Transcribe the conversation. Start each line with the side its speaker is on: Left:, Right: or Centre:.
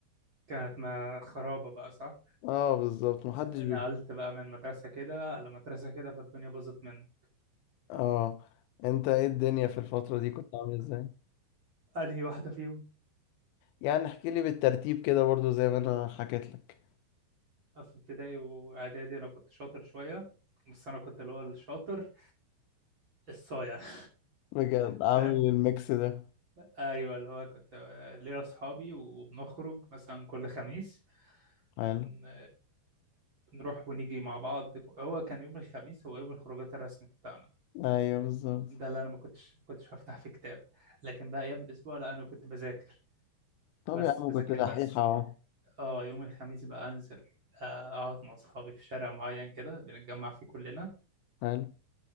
Right: كانت ما خرابه بقى صح
Left: اه بالظبط محدش
Right: آه، نقلت
Left: بي
Right: بقى من مدرسه كده على مدرسه كده فالدنيا باظت مني
Left: اه انت ايه الدنيا في الفترة دي كنت عامل ازاي
Right: انهي واحده فيهم
Left: يعني احكي لي بالترتيب كده برضو زي ما انا حكيت لك
Right: في ابتدائي واعدادي انا كنت شاطر شويه بس انا كنت اللي هو الشاطر الصايع <laughs>
Left: بجد عامل
Right: فاهم
Left: الميكس ده
Right: ايوه اللي هو كنت ليا اصحابي وبنخرج مثلا كل خميس
Left: حلو
Right: ن- بنروح ونيجي مع بعض هو كان يوم الخميس هو يوم الخروجات الرسمي بتاعنا
Left: ايوه بالظبط
Right: ده اللي انا ما كنتش ما كنتش هفتح فيه كتاب لكن بقى ايام الاسبوع لا انا كنت بذاكر
Left: طب
Right: بس
Left: يا عم
Right: بذاكر
Left: كنت دحيح
Right: بس
Left: اهو
Right: اه يوم الخميس بقى انزل آه، اقعد مع اصحابي في شارع معين كده بنتجمع فيه كلنا
Left: حلو